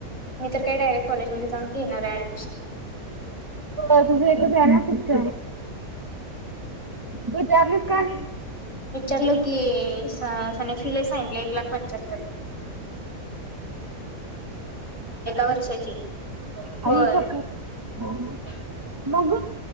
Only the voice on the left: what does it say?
मी तर काय डायरेक्ट कॉलेजमध्ये जाऊन घेणाराय ऍडमिशन
विचारलो की स साने फी लय सांगितलं एक लाख पंच्यांतर वर्षाची. होय